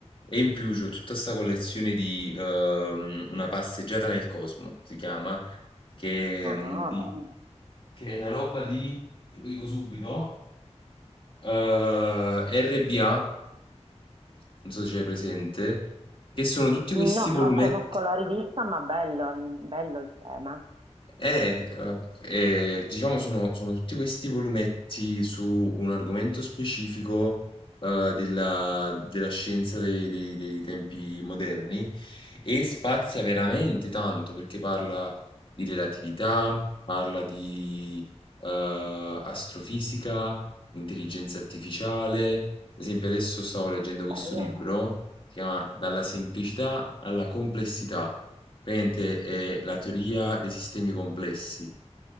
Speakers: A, on the left; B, on the right.
A: E in più c'ho tutta sta collezione di ehm, Una passeggiata nel cosmo, si chiama, che,
B: No,
A: mm, di-
B: no, no.
A: che è una roba di, te lo dico subito, eh, RBA, non so se c'è presente, che sono tutti
B: Che
A: questi
B: No, non
A: volumetti,
B: Esatto. conosco la rivista, ma bello, bello il tema.
A: eh, eh, eh, diciamo sono, sono tutti questi volumetti su un argomento specifico eh, della, della scienza dei dei- dei tempi moderni E spazia veramente tanto, perché parla di relatività, parla di, ehm, astrofisica, intelligenza artificiale. Ad esempio adesso stavo leggendo questo
B: Bello,
A: libro,
B: Eh,
A: si chiama Dalla semplicità alla complessità. Praticamente è la teoria dei sistemi complessi.